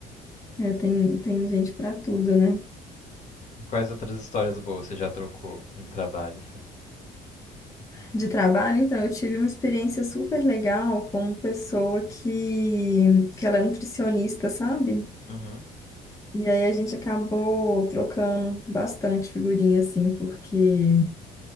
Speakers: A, on the left (about 20°); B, on the left (about 45°).
A: É, tem, tem gente para tudo, né?
B: Quais outras histórias boas você já trocou no trabalho, assim?
A: De trabalho, então, eu tive uma experiência super legal com uma pessoa que, que ela é nutricionista, sabe?
B: Uhum,
A: E aí a gente acabou trocando bastante figurinha, assim, porque